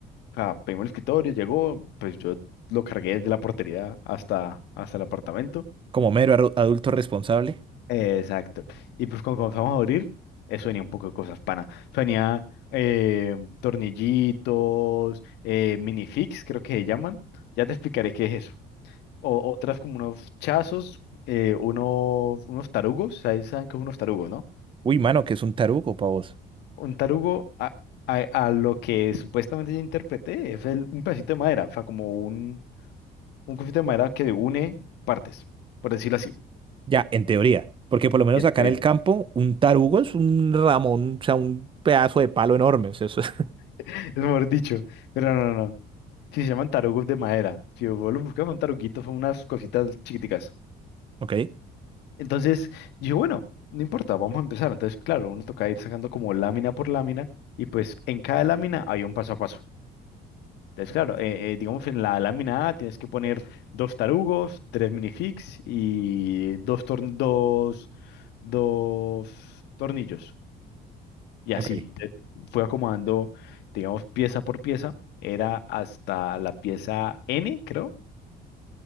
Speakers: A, on the left (about 85°); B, on the right (about 30°).
A: O sea, pedimos el escritorio, llegó, pues yo lo cargué desde la portería hasta, hasta el apartamento.
B: Como mero aru- adulto responsable.
A: Eh, exacto. Y pues cuando comenzamos a abrir, eso venía un poco de cosas, pana. Eso Venía eh, tornillitos, eh, minifix, creo que se llaman. Ya te explicaré qué es eso. O, otras como unos chazos, eh, unos, unos tarugos, ¿sabes? ¿Saben qué es unos tarugos, no?
B: Uy, mano, que es un tarugo para vos.
A: Un tarugo a, a- a lo que supuestamente yo interpreté es el- un pedacito de madera, o sea, como un, Un conflicto de madera que une partes, por decirlo así.
B: Ya, en teoría. Porque por lo menos
A: en
B: acá
A: teoría,
B: en el campo,
A: <laughs>
B: un tarugo es un ramón, o sea, un pedazo de palo enorme. o sea, eso- es-
A: Es mejor dicho. Pero no, no, no. sí se llaman tarugos de madera. Si vos lo buscas, un taruguito, son unas cositas chiquiticas.
B: <laughs> Ok,
A: Entonces, yo, bueno, no importa, vamos a empezar. Entonces, claro, uno toca ir sacando como lámina por lámina. Y pues en cada lámina hay un paso a paso. Entonces, claro, eh, eh, digamos en la lámina A tienes que poner dos tarugos, tres minifigs y dos, torn- dos, dos tornillos. Y así,
B: ok.
A: entonces, fui acomodando, digamos, pieza por pieza, era hasta la pieza N, creo.